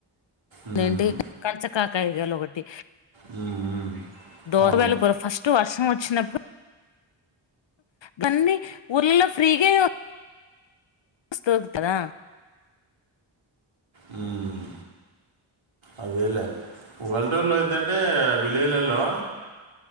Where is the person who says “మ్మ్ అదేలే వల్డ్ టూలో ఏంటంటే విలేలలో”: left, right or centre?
Right